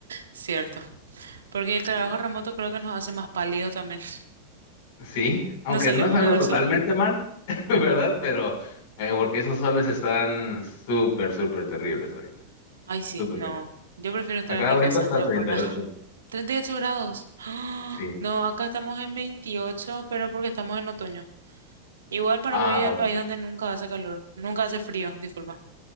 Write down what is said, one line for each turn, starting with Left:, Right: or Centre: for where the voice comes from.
Right: cierto. Porque el trabajo
Left: Sí,
Right: remoto creo que nos hace más pálidos también. <laughs>
Left: sí, aunque
Right: No salimos
Left: no es algo
Right: al
Left: totalmente
Right: sol.
Left: mal, <laughs> ¿verdad? Pero eh, porque esos soles están súper, súper terribles ahorita,
Right: Ay, sí,
Left: súper
Right: no.
Left: calientes.
Right: Yo prefiero estar
Left: Acá
Right: en mi
Left: ahorita
Right: casa,
Left: está
Right: no
Left: treinta
Right: es por nada.
Left: y ocho
Right: <laughs> treinta y ocho grados. <gasps>
Left: sí.
Right: No, acá estamos en 28 pero porque estamos en otoño. Igual Paraguay
Left: Ah,
Right: es
Left: ok.
Right: el país donde nunca hace calor, nunca hace frío, disculpa.